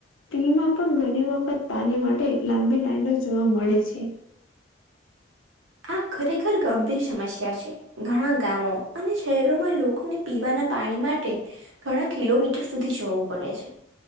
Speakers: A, on the left; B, on the right.
A: ત્રીમાં પણ ઘણી વખત પાની માટે લાંબી લાઈનો જોવા મળે છે
B: આ ખરેખર ગંભીર સમસ્યા છે ઘણા ગામો અને શહેરોમાં લોકોને પીવાના પાણી માટે ઘણા કિલોમીટર સુધી જવું પડે છે.